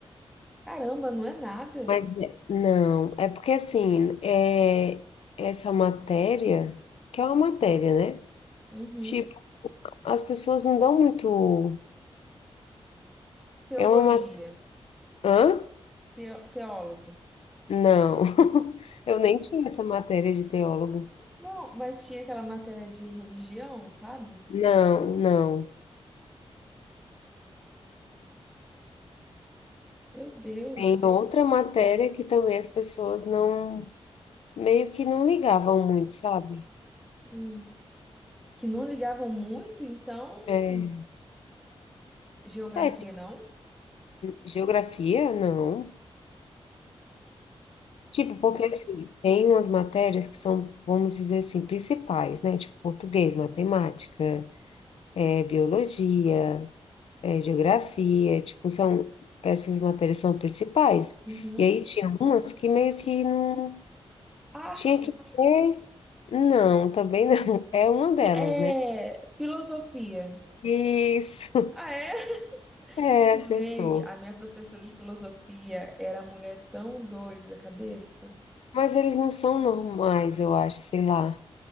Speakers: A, in the centre; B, on the left.
A: caramba, não é nada.
B: Mas é- não, é porque assim, é essa matéria, que é uma matéria, né?
A: Uhum.
B: Tipo, as pessoas não dão muito.
A: Teologia,
B: É uma matéria. Hã?
A: teo- teólogo.
B: Não, <laughs> eu nem tinha essa matéria de teólogo.
A: Não, mas tinha aquela matéria de religião, sabe?
B: Não, não.
A: Meu Deus.
B: Tem outra matéria que também as pessoas não, meio que não ligavam muito, sabe?
A: Hum. que não ligavam muito, então,
B: É,
A: geografia
B: é, tipo,
A: não.
B: geografia? Não. Tipo, porque assim, tem umas matérias que são, vamos dizer assim, principais, né? Tipo, português, matemática, é biologia, é geografia, tipo, são, essas matérias são principais.
A: Uhum.
B: E aí tinha umas que meio que não
A: Artes.
B: tinha que ter, não, também não, <laughs> é uma delas,
A: Fi- É,
B: né?
A: filosofia.
B: Isso,
A: Ah, é?
B: <laughs> é, acertou.
A: Gente, a minha professora de filosofia era mulher tão doida da cabeça.
B: Mas eles não são normais, eu acho, sei lá.